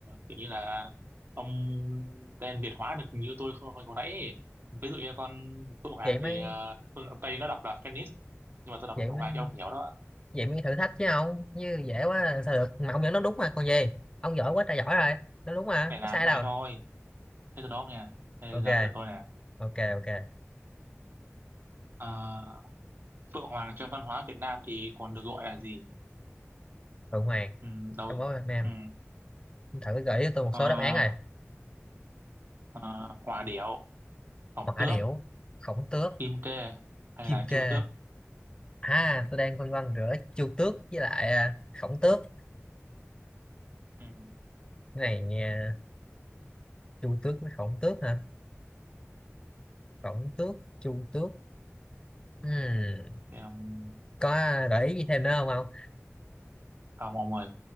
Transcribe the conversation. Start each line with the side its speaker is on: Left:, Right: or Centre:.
Right: kiểu như là ông tên Việt hóa được như tôi hồi, hồi hồi nãy ấy. ví dụ như con Phượng Hoàng
Left: vậy mới
Right: thì ờ, phương Tây nó đọc là Phoenix nhưng mà tôi đọc
Left: vậy
Right: là Phượng
Left: mới
Right: Hoàng cho ông hiểu đó
Left: vậy mới thử thách chứ không như dễ quá là sao được mà ông nhận nó đúng mà còn gì ông giỏi quá trời giỏi rồi nó đúng mà
Right: vậy là
Left: có sai
Right: ăn may
Left: đâu
Right: thôi thế từ đó không nha đây
Left: ok
Right: là lượt tôi nè
Left: ok ok
Right: À, Phượng Hoàng trong văn hóa Việt Nam thì còn được gọi là gì?
Left: Phượng Hoàng
Right: Ừ, đầu
Left: trong bóng Việt Nam
Right: ừ,
Left: thử gợi cho tôi một
Right: ờ,
Left: số đáp án này
Right: ờ, Hòa điểu, Khổng
Left: hỏa
Right: tước,
Left: điểu khổng tước
Right: Kim kê hay
Left: kim
Right: là
Left: kê
Right: Chu tước?
Left: à tôi đang phân vân giữa chu tước với lại à, khổng tước
Right: Ừ,
Left: cái này nghe chu tước với khổng tước hả khổng tước chu tước Ừm,
Right: ừ, thế ông
Left: có gợi ý gì thêm nữa không không
Right: ông ông ơi